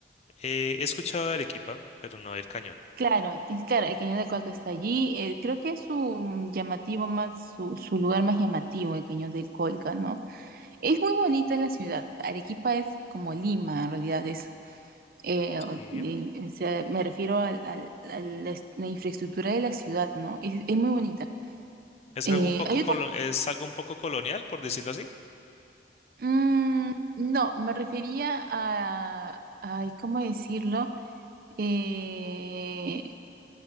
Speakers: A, on the left; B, on the right.
A: Eh, he escuchado de Arequipa, pero no del Cañón.
B: Claro, es claro, el cañón del Colca está allí. eh, creo que es su llamativo más, su, su lugar más llamativo, el cañón del Colca, ¿no? Es muy bonita la ciudad. Arequipa es como Lima, en realidad es. eh,
A: Sí.
B: o- y- o sea, me refiero al- al- a la, est- la infraestructura de la ciudad, ¿no? Es, es muy bonita.
A: Es
B: Eh,
A: algo un poco
B: hay
A: colo- es algo un poco colonial, por decirlo así.
B: Mm, no, me refería a, ay, ¿cómo decirlo? Eh,